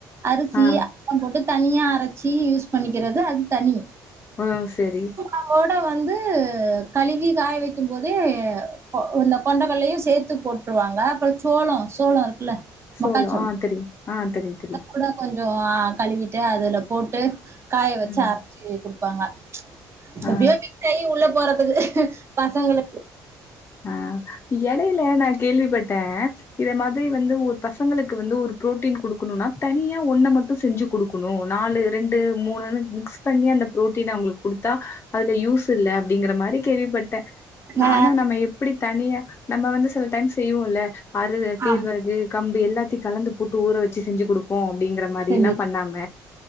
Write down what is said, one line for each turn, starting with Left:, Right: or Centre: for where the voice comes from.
Right: அரிசி
Left: ஆ
Right: சோள போட்டு தனியா அரைச்சி யூஸ் பண்ணிக்கிறது அது தனி
Left: ம் சரி
Right: அதோட வந்து கழுவி காய வைக் கிபோதே அ இந்த கொண்டகளல்லையு சேத்து போட்டு ருவாங்க அப்றோ சோளோ சோளோ இருக்குல்ல
Left: சோலோ
Right: மக்காச்சோளோ
Left: ஆ தெரியு ஆ தெரியு தெரியு
Right: கூட கொஞ்சோ கழுவிட்டு அதுல போட்டு காய வச்சு
Left: ம்.
Right: அரைச்சு குடுப்பாங்க
Left: ஆ
Right: எப்டியோ விட்டாயி உள்ள போறதுக்கு பசங்களுக்கு
Left: ஆ எடையில நா கேள்விப்பட்டே இத மாதிரி வந்து ஒரு பசங்களுக்கு வந்து ஒரு புரோட்டீன் குடுக்குணுனா தனியா ஒன்ன மட்டு செஞ்சு குடுக் குனு நாலு ரெண்டு மூணுனு மிகஸ் பண்ணி அந்த புரோட்டீன் அவுங்களுக்கு குடுத்தா அதுல யூஸ் இல்ல அப்டிங்கிற மாரி கேள்விப்பட்டே
Right: ஆ
Left: ஆனா நம்ம எப் எப்டி தனியா நம்ம வந்து சில டைம் செய்வோல அறு கேழ்வரகு
Right: ஆ
Left: கம்பு எல்லாத்தையு கலந்து போட்டு ஊற வச்சு செஞ்சு குடுப் ப்போ அப்டிங்கிற மாரி
Right: செஞ்சு
Left: எல்லா பண்ணாம